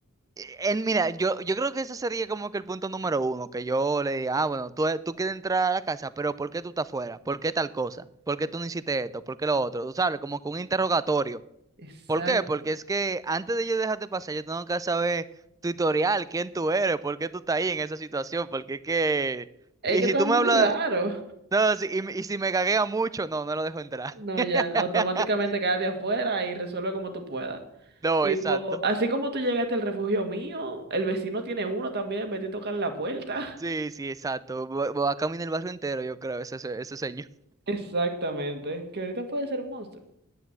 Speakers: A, on the right; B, on the right.
A: Eh, mira, yo, yo creo que ese sería como que el punto número uno, que yo le diga, ah, bueno, tú, tú quieres entrar a la casa, pero ¿por qué tú estás fuera? ¿Por qué tal cosa? ¿Por qué tú no hiciste esto? ¿Por qué lo otro? Tú sabes, como que un interrogatorio.
B: Exacto.
A: ¿Por qué? Porque es que antes de yo dejarte pasar, yo tengo que saber tutorial, quién tú eres, por qué tú estás ahí en esa situación, porque es que...
B: Es
A: Y
B: que
A: si
B: está
A: tú
B: muy
A: me hablas,
B: raro.
A: no, si- y, me- y si me caguea mucho, no, no lo dejo entrar.
B: No,
A: <laughs>
B: ya, automáticamente quédate afuera y resuelve como tú puedas.
A: No,
B: Tipo,
A: exacto.
B: así como tú llegaste al refugio mío, el vecino tiene uno también, vete a tocarle la puerta.
A: Sí, sí, exacto. Va va a caminar el barrio entero, yo creo, ese, ese ese señor.
B: <laughs> Exactamente, que ahorita puede ser un monstruo,